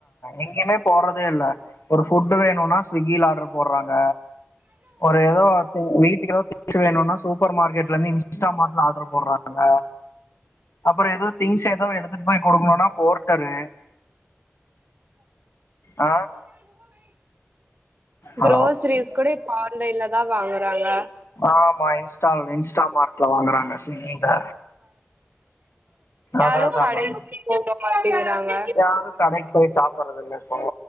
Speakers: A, on the left; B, on the right.
A: எங்கேயுமே போறதே இல்ல ஒரு ஃபுட் வேணுனா ஸ்விக்கியில ஆட்ரு போடுறாங்க ஒரு ஏதோ வீட்டுக்குதோ திங் க்ஸ் வேணுனா சூப்பர் மார்கெட்ல இருந்து இன்ஸ்ட மாட்ல ஆட்ரு போடுறாங்க அப்றோ ஏதோ திங்ஸ் ஏதோ எடுத்துட்டு போயி குடுக்கணுனா போர்டரு ஆ ஹலோ
B: குரோசரீஸ் கூட இப்ப ஆன்லைன்ல தா வாங்குறாங்க
A: ஆமா இன்ஸ்டால் இன்ஸ்டா மார்ட்ல வாங்கறாங்க ஸ்விக்கில
B: யாரு
A: அதான் அதான்
B: கடைக்கு
A: மேம்
B: போகமாட்டேங்கிறாங்க
A: யாரு கடைக்கு போயி சாப்படுறது இல்ல இப்போ